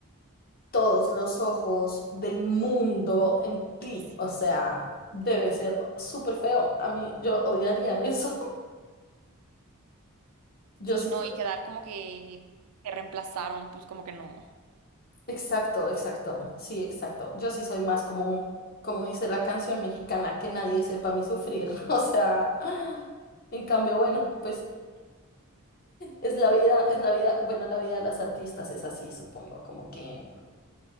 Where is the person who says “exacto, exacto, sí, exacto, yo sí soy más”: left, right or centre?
Left